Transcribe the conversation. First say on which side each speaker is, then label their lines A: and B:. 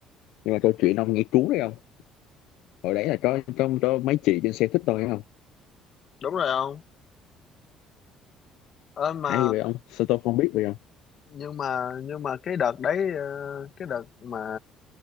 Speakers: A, on the left; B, on the left.
A: nhưng mà câu chuyện ông nghe cuốn đấy không hồi đấy là có trong có mấy chị trên xe thích tôi thấy không
B: Đúng rồi không? Ơ mà
A: hay vậy ông sao tôi không biết vậy không
B: nhưng mà nhưng mà cái đợt đấy ờ, cái đợt mà